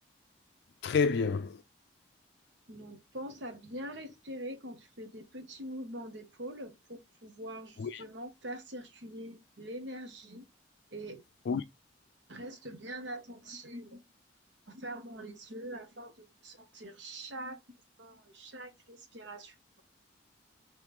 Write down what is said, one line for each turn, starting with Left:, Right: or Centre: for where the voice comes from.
Left: très bien.
Right: Donc, pense à bien respirer quand tu fais des petits mouvements d'épaule pour pouvoir justement
Left: Oui,
Right: faire circuler l'énergie et
Left: oui,
Right: Reste bien attentive en fermant les yeux afin de ressentir chaque mouvement et chaque respiration.